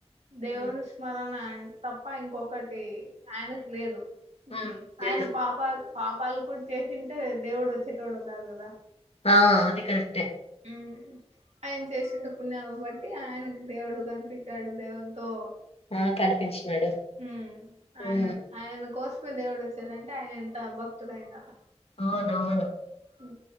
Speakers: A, on the right; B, on the left.
A: దేవుని
B: హ్మ్
A: స్మరణ ఆ తప్ప ఇంకొకటి ఆయనకు లేదు
B: హ్మ్ లేదు
A: ఆయన పాపాలు పాపాలు కూడా చేసింటే దేవుడు వచ్చేటోడు కాదు కదా
B: ఆ అదిే కరెక్టేఏ
A: హు ఆయన చేసిన పుణ్యాలని బట్టి ఆయనకు దేవుడు కనిపించాడు దేవునితో
B: ఆ కనిపించినాడు
A: ఉమ్
B: హు
A: ఆయన <unintelligible> దేవుడు వచ్చారంటే ఆయన ఎం ఎంత భక్తుడు అయిండాల
B: అవునవును
A: ఊ